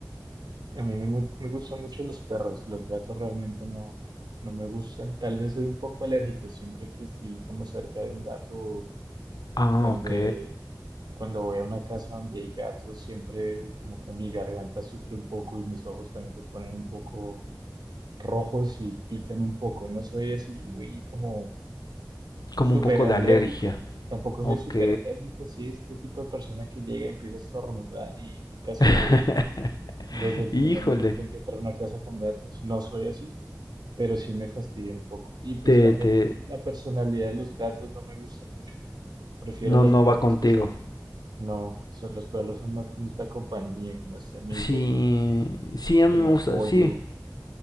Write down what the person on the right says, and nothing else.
A mí me, mu- me gustan mucho los perros, los gatos realmente no, no me gustan. Tal vez soy un poco alérgico siempre que estoy como cerca de un gato,
donde
cuando voy a una casa donde hay gatos, siempre como que mi garganta sufre un poco y mis ojos también se ponen un poco rojos y pican un poco. No soy así muy como
súper
alérgico.
Tampoco
soy súper alérgico. Sí, este tipo de persona que llega y empieza a estornudar y casi
a morir desde el
primer momento en que entra a una casa con gatos. No soy así, pero sí me fastidia un poco. Y pues
también
la personalidad de los gatos no me gusta mucho. Prefiero
a los
perros
que son, no, son, los perros son más como esta compañía, como este amigo,
el,
el
apoyo.